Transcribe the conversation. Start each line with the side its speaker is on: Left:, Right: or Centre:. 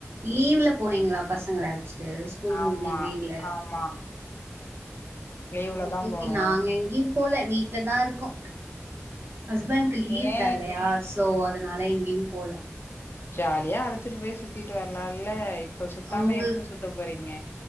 Right: லீவ்ல போனீங்ளா பசங்கள அழச்சிட்டு ஸ்கூல்
Left: ஆமா
Right: முடிஞ்சி லீவ்ல
Left: ஆமா லீவ்ல
Right: ஓகக்குநாங்கங்க
Left: தா போனோ
Right: <unintelligible> போல வீட்ல தா இருக்கோ அஸ்பண்கு லீவ்
Left: ஏ
Right: தரலயா சோ அதனால எங்கியு போல
Left: ஜாலியா அழைச்சிட்டு போய் சுத்திட்டு வரலாம்ல இப்ப சுத்தாம
Right: உங்க
Left: எப்ப சுத்த போறீங்க